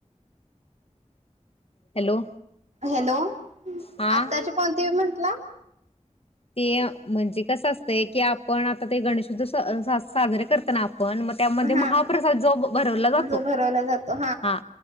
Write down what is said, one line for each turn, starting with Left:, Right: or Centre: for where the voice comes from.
Left: Hello
Right: hello.
Left: हा
Right: आत्ताची कोणती बी म्हण. ला
Left: ते म्हणजे कसं असतंय, की आपण आता ते गणेश उत्सव स साजरे करता आप पण मग त्यामध्ये महाप्रसाद
Right: हा
Left: जो भरवला जातो
Right: जो भरवला जातो
Left: हा